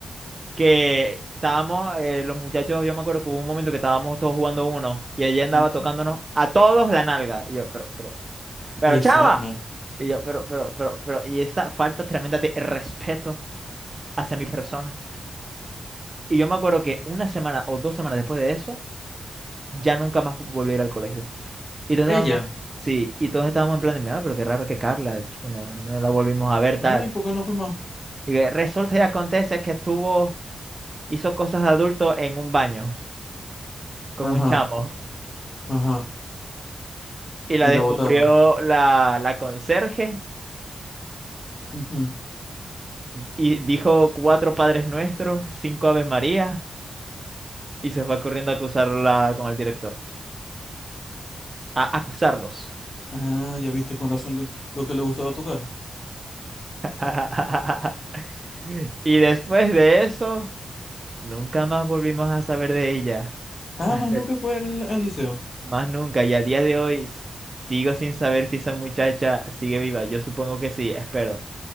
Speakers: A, on the right (about 25°); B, on the left (about 45°).
A: que estábamos, eh, los muchachos, yo me acuerdo que hubo un momento que estábamos todos jugando uno y ella andaba
B: Ujú.
A: tocándonos a todos la nalga. Y yo, pero, pero, pero
B: Arizona.
A: chava. Y yo, pero, pero, pero, pero, y esta falta tremenda de respeto hacia mi persona. Y yo me acuerdo que una semana o dos semanas después de eso, ya nunca más volví a ir al colegio. Y todos
B: Ella.
A: estábamos, sí, y todos estábamos en plan de, mira, pero qué raro que Carla, chico, no, no la volvimos a ver tal.
B: Ay, ¿por qué no fue más?
A: Y que resulta y acontece que estuvo, hizo cosas de adulto en un baño con
B: Ajá,
A: un chamo.
B: ajá.
A: Y la
B: Y
A: descubrió
B: la votaron.
A: la, la conserje
B: Ujú.
A: y dijo cuatro Padres Nuestros, cinco Aves Marías y se fue corriendo a acusarla con el director. A acusarlos.
B: Ah, ya viste con razón le- lo que le gustaba tocar.
A: <laughs> Y después de eso, nunca más volvimos a saber de ella. <laughs>
B: Ah,
A: Hasta-
B: más nunca fue al, al liceo.
A: Más nunca. Y a día de hoy s- sigo sin saber si esa muchacha sigue viva. Yo supongo que sí, espero.